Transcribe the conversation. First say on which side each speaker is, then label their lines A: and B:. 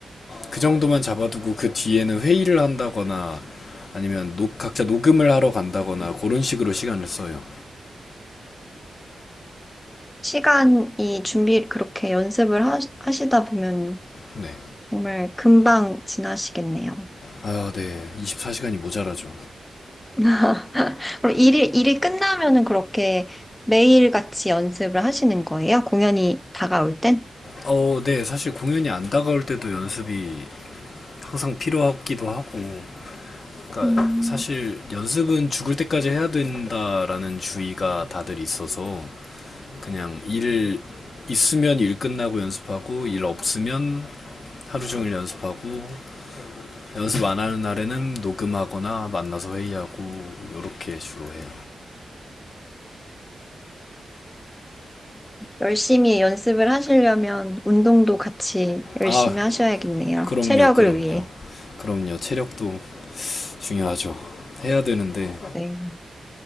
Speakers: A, on the left (about 60°); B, on the left (about 15°).
A: 그 정도만 잡아두고 그 뒤에는 회의를 한다거나 아니면 녹- 각자 녹음을 하러 간다거나 그런 식으로 시간을 써요.
B: 시간이 준비, 그렇게 연습을 하, 하시다 보면
A: 네.
B: 정말 금방 지나시겠네요.
A: 아, 네. 24시간이 모자라죠.
B: <laughs> 그럼 일이, 일이 끝나면은 그렇게 매일같이 연습을 하시는 거예요? 공연이 다가올 땐?
A: 어, 네. 사실 공연이 안 다가올 때도 연습이 항상 필요하기도 하고. 그러니까
B: 음.
A: 사실 연습은 죽을 때까지 해야 된다라는 주의가 다들 있어서 그냥 일 있으면 일 끝나고 연습하고 일 없으면 하루 종일 연습하고 연습 안 하는 날에는 녹음하거나 만나서 회의하고 요렇게 주로 해요.
B: 열심히 연습을 하시려면 운동도 같이 열심히
A: 아,
B: 하셔야겠네요.
A: 그럼요,
B: 체력을
A: 그럼요.
B: 위해.
A: 그럼요. 체력도 중요하죠. 해야 되는데
B: 네.